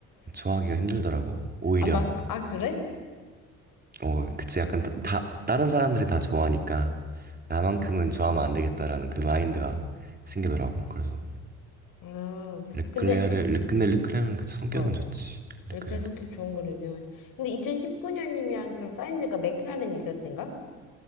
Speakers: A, on the right; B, on the left.
A: 좋아하기가 힘들더라고. 오히려
B: 아, 막 아, 그래?
A: 어, 그치. 약간 다, 다- 다른 사람들이 다 좋아하니까 나만큼은
B: 음.
A: 좋아하면 안 되겠다라는 그 마인드가 생기더라고. 그래서
B: 아.
A: 르클레르,
B: 근데
A: 르, 근데 르클레르는 그치. 성격은
B: 어.
A: 좋지. 르클레르.
B: 원래 그래 성격 좋은 걸로 유명하지. 근데 2019년이면 그럼 사인즈가 맥클라렌이 있었던가?